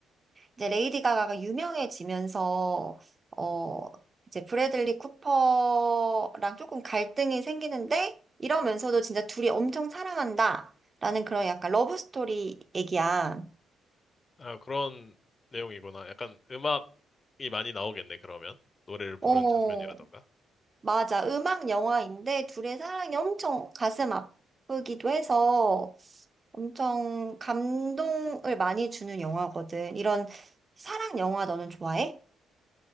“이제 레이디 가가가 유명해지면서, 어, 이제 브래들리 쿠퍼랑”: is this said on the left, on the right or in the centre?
Right